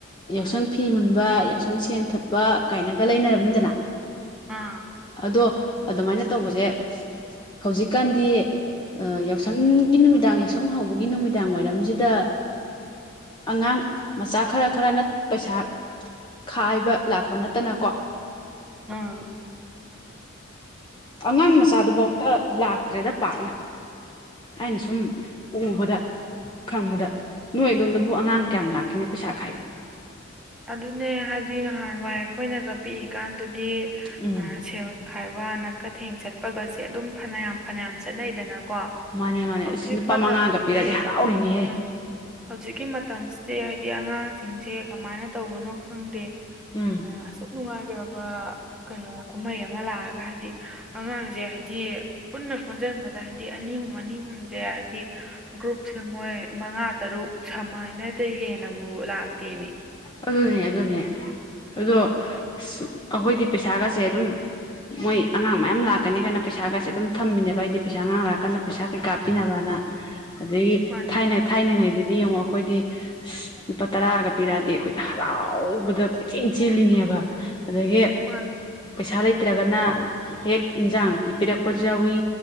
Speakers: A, on the left (about 20°); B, in the centre.
A: ꯌꯥꯎꯁꯪ ꯐꯤ ꯃꯨꯟꯕ ꯌꯥꯎꯁꯪ ꯁꯦꯟ ꯊꯠꯄ ꯀꯥꯏꯅꯒ ꯂꯩꯅꯔꯝꯃꯤꯗꯅ
B: ꯑꯥ
A: ꯑꯗꯣ ꯑꯗꯨꯃꯥꯏꯅ ꯇꯧꯕꯁꯦ ꯍꯧꯖꯤꯛꯀꯥꯟꯗꯤ ꯌꯥꯎꯁꯪꯒꯤ ꯅꯨꯃꯤꯗꯥꯡ ꯌꯥꯎꯁꯪ ꯍꯧꯕꯒꯤ ꯅꯨꯃꯤꯗꯥꯡ ꯋꯥꯏꯔꯝꯁꯤꯗ ꯑꯉꯥꯡ ꯃꯆꯥ ꯈꯔ ꯈꯔꯅ ꯄꯩꯁꯥ ꯈꯥꯏꯕ ꯂꯥꯛꯄ ꯅꯠꯇꯅꯀꯣ
B: ꯎꯝ
A: ꯑꯉꯥꯡ ꯃꯆꯥꯗꯨꯐꯧꯗ ꯂꯥꯛꯇ꯭ꯔꯦꯗ ꯄꯥꯛꯅ ꯍꯥꯏꯅ ꯁꯨꯝ ꯎꯕꯗ ꯈꯪꯕꯗ ꯅꯣꯏ ꯑꯗꯣꯝꯗꯕꯨ ꯑꯉꯥꯡ ꯀꯌꯥꯝ ꯂꯥꯛꯈꯤꯅꯦ ꯄꯩꯁꯥ ꯈꯥꯏꯕ
B: ꯑꯗꯨꯅꯦ ꯍꯥꯏꯗꯤ ꯅꯍꯥꯟꯋꯥꯏ ꯑꯩꯈꯣꯏꯅꯒ ꯄꯤꯛꯏꯀꯥꯟꯗꯗꯤ
A: ꯎꯝ
B: ꯁꯦꯜ ꯈꯥꯏꯕ ꯅꯅꯥꯀꯊꯦꯡ ꯆꯠꯄꯒꯁꯦ ꯑꯗꯨꯝ ꯐꯅꯌꯥꯝ ꯐꯅꯌꯥꯝ ꯆꯠꯅꯩꯗꯅꯀꯣ
A: ꯃꯥꯅꯦ ꯃꯥꯅꯦ
B: ꯍꯧꯖꯤꯛ
A: ꯏꯁ ꯂꯨꯄꯥ
B: ꯃꯇꯝꯁꯤꯗꯤ
A: ꯃꯉꯥꯒ ꯄꯤꯔꯗꯤ ꯍꯔꯥꯎꯔꯤꯅꯦꯍꯦ
B: ꯎꯝ ꯍꯧꯖꯤꯛꯀꯤ ꯃꯇꯝꯁꯤꯗꯤ ꯍꯥꯏꯗꯤ ꯑꯉꯥꯡꯁꯤꯡꯁꯦ ꯀꯃꯥꯏꯅ ꯇꯧꯕꯅꯣ ꯈꯪꯗꯦ
A: ꯎꯝ
B: ꯑ ꯑꯁꯛ ꯅꯨꯡꯉꯥꯏ ꯀ ꯀꯩꯅꯣ ꯀꯨꯝꯍꯩ ꯑꯃ ꯂꯥꯛꯑꯒ ꯍꯥꯏꯗꯤ ꯑꯉꯥꯡꯁꯦ ꯍꯥꯏꯗꯤ ꯄꯨꯟꯅ ꯄꯨꯟꯁꯤꯟꯕꯗ ꯍꯥꯏꯕꯗꯤ ꯑꯅꯤ ꯑꯍꯨꯝ ꯑꯅꯤ ꯑꯍꯨꯝꯁꯦ ꯍꯥꯏꯕꯗꯤ ꯒ꯭ꯔꯨꯞꯁꯦ ꯃꯣꯏ ꯃꯉꯥ ꯇꯔꯨꯛ ꯁꯃꯥꯏꯅꯗ ꯍꯦꯟꯅꯕꯨ ꯂꯥꯛꯇꯦꯅꯦ
A: ꯑꯗꯨꯅꯦ ꯑꯗꯨꯅꯦ ꯑꯗꯣ
B: ꯎꯝ
A: ꯑ ꯑꯩꯈꯣꯏꯗꯤ ꯄꯩꯁꯥꯒꯁꯦ ꯑꯗꯨꯝ ꯃꯣꯏ ꯑꯉꯥꯡ ꯃꯌꯥꯝ ꯂꯥꯛꯀꯅꯤ ꯀꯥꯏꯅ ꯄꯩꯁꯥꯒꯁꯦ ꯑꯗꯨꯝ ꯊꯝꯃꯤꯕ ꯍꯥꯏꯗꯤ ꯄꯩꯁꯥ ꯑꯉꯥꯡ ꯂꯥꯛꯑꯀꯥꯟꯗ ꯄꯩꯁꯥ ꯀꯩ ꯀꯥꯞꯄꯤꯅꯕꯅ <unintelligible> ꯑꯗꯒꯤ
B: ꯃꯥꯅꯦ
A: ꯊꯥꯏꯅ ꯊꯥꯏꯅꯉꯩꯗꯗꯤ ꯌꯦꯡꯉꯣ ꯑꯩꯈꯣꯏꯗꯤ ꯑ ꯂꯨꯄꯥ ꯇꯔꯥꯒ ꯄꯤꯔꯛꯑꯗꯤꯦ ꯑꯩꯣꯏ ꯍꯔꯥꯎꯕꯗ ꯀꯣꯏꯆꯦꯜ ꯆꯦꯜꯂꯤꯉꯦꯕ ꯑꯗꯒꯤ
B: ꯃꯥꯅꯦ
A: ꯄꯩꯁꯥ ꯂꯩꯇ꯭ꯔꯒꯅ ꯍꯦꯛ ꯏꯟꯁꯥꯡꯅ ꯄꯤꯕꯤꯔꯛꯄꯁꯨ ꯌꯥꯎꯋꯤ